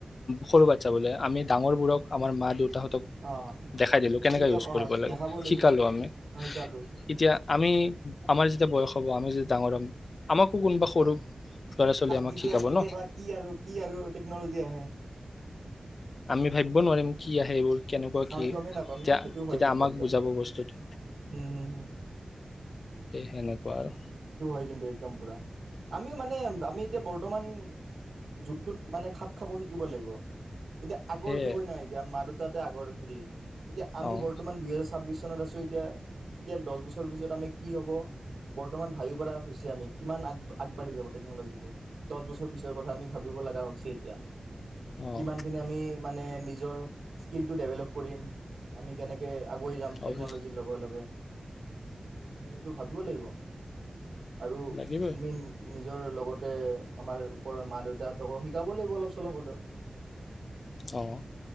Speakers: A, on the left; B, on the right.
A: সৰু বাচ্ছা বোলে আমি ডাঙৰ বোৰক আমাৰ মা দেউ তাহঁতক
B: অ
A: দেখাই দিলোঁ কেনেকৈ
B: শিকাব
A: ইউজ কৰিব
B: অ
A: লাগে
B: দেখাব লাগিব
A: শিকালোঁ আমি
B: অ শিকালো
A: এতিয়া আমি আমাৰ যেতিয়া বয়স হ'ব আমি যেতিয়া ডাঙৰ হম আমাকো কোনোবা সৰু ল'ৰা ছোৱালী আমাক
B: তেতিয়া
A: শিকাব
B: তেতিয়াবা
A: ন
B: কি আৰু কি আৰু টেকনলজি আহে
A: আমি ভাবিব নোৱাৰিম কি আহে এইবোৰ কেনেকুৱা কি
B: আমি গমেই নাপাম
A: এতিয়া
B: ন সেইটো হয়
A: তেতিয়া
B: কিন্তু
A: আমাক
B: একদম
A: বুজাব
B: পুৰা
A: বস্তুটো
B: হম হম হম
A: সেই সেনেকুৱা আৰু
B: সেইটো হয় কিন্তু একদম পুৰা আমিও মানে আমি এতিয়া বৰ্তমান যুগটোত মানে খাপ খাব শিকিব লাগিব এতিয়া আগৰ
A: সেয়াই
B: যুগ হয় নাই এতিয়া মাৰত তাতে আগৰ হেৰি এতিয়া
A: অঁ
B: আমি বৰ্তমান দুহেজাৰ ছাব্বিছ চনত আছোঁ এতিয়া এতিয়া দহ বছৰৰ পিছত আমি কি হব বৰ্তমান ভাবি পৰা় হৈছে আমি কিমান আগবাঢ়ি যাব টেকন'লজিটো দহ বছৰ পিছৰ কথা আমি ভাবিব লগা হৈছে এতিয়া
A: অঁ
B: কিমান খিনি আমি মানে নিজৰ স্কিলটো ডেভেলপ কৰিম আমি কেনেকে আগুৱাই যাম
A: অভিয়াচ
B: টেকনলজিৰ লগে লগে আমি এইটো ভাবিব লাগিব আৰু
A: লাগিবই
B: আইমিন নিজৰ লগতে আমাৰ ওপৰৰ মা দেউতাহঁতকো শিকাব লাগিব অলপ চলপ হ'লেও
A: অঁ